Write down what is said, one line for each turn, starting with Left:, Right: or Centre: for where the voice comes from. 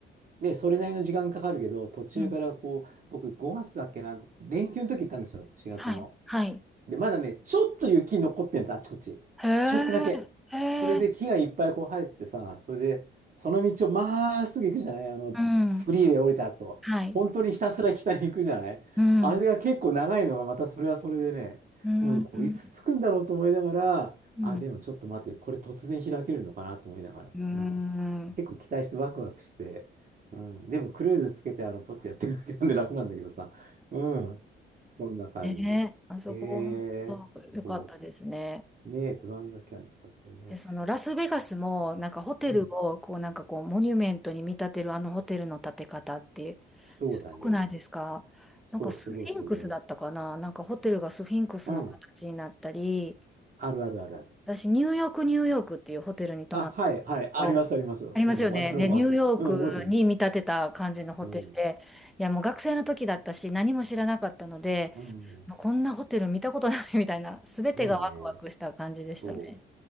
Right: で、それなりの時間かかるけど、途中からこう、
Centre: うん、
Right: 僕5月だっけな、連休の時行ったんですよ、4月の。
Centre: はい、はい。
Right: で、まだね、ちょっと雪残ってんです、あっちこっち。
Centre: へえ、
Right: ちょっとだけ。
Centre: へえ、
Right: それで木がいっぱいこう生えてさ、それで、その道をまっすぐ行くじゃないあの、
Centre: うん、
Right: フリーウェイ降りた後。
Centre: はい、
Right: 本当にひたすら北に行くじゃないあれが結構長いのがまたそれはそれでね、
Centre: うん、うん、
Right: うん、これいつ着くんだろうと思いながら、
Centre: うん、うん、
Right: あ、でもちょっと待って、これ突然開けるのかなと思いながら。
Centre: うん
Right: うん、結構期待してワクワクして。うん、でもクルーズつけてあのポッてやってるだけなんで楽なんだけどさ。うそんな感じ。
Centre: ねえ、あそこ、
Right: へえ、
Centre: 本かったですね。
Right: そう。ね、グランドキャニオンだったよね。
Centre: で、そのラスベガスも、なんかホテルを、
Right: うん。
Centre: こう、なんかこう、モニュメントに見立てるあのホテルの建て方って、
Right: そうだね。
Centre: すごくないですかなんかスフィンクスだったかななんかホテルがスフィンクスの形になったり、
Right: そう、すごいすごい。うん。あるあるあるある。
Centre: 私、ニューヨーク、ニューヨークっていうホテルに泊まったんですけど、
Right: あ、はい、はい。あります、あります。うん。
Centre: ありますよね。
Right: ワントラック忘れてたうん、
Centre: で、ニューヨークに見立てた感じのホテルで、
Right: 覚えてる。うん。
Centre: いや、もう学生の時だったし、何も知らなかったので、
Right: うん。
Centre: もうこんなホテル見たことない <laughs> みたいな、すべてがワクワクした感じでしたね。
Right: だよね。そう。